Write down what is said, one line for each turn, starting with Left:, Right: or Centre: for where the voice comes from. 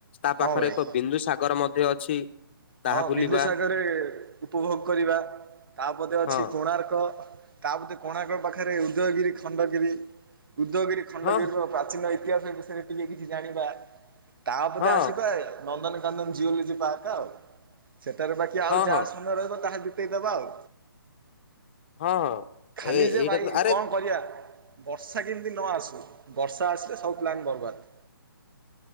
Left: ତା
Right: ହଁ
Left: ପାଖରେ
Right: ଭାଇ।
Left: ଏକ ବିନ୍ଦୁ ସାଗର ମଧ୍ୟ ଅଛି। ତାହା
Right: ହଁ
Left: ବୁଲିବା
Right: ବିନ୍ଦୁସାଗରରେ ଉପଭୋଗ କରିବା ତାପଦ
Left: ହଁ
Right: ଅଛି କୋଣାର୍କ। ତାପଧରେ କୋଣାର୍କ ପାଖରେ ଉଦୟଗିରି ଖଣ୍ଡଗିରି ଉଦୟଗିରି ଖଣ୍ଡଗିରିର
Left: ହଁ
Right: ପ୍ରାଚୀନ ଇ ତିହାସ ବିଷୟରେ ଟିକେ କିଛି କିଛି ଜାଣିବା ତା ପରେ
Left: ହଁ
Right: ଆସିବା ନନ୍ଦନ ଚାନନ୍ଦ ଜିଓଲୋଜି ପାର୍କ ଆଉ। ସେଠାରେ ବାକି ଆଉ
Left: ହଁ
Right: ଯାହା
Left: ହଁ
Right: ସମୟ ରହିବ ତାହା ବିତେଇଦବା ଆଉ।
Left: ହଁ ହଁ।
Right: ଖାଲି
Left: ଏ
Right: ଯେ
Left: ଏଇଟା
Right: ଭାଇ
Left: ତ ଆରେ
Right: କଣ କରିବା। ବର୍ଷା କେମିତି ନ ଆସୁ ବର୍ଷା ଆସିଲେ ସବୁ ପ୍ଲାନ୍ ବର୍ବାଦ।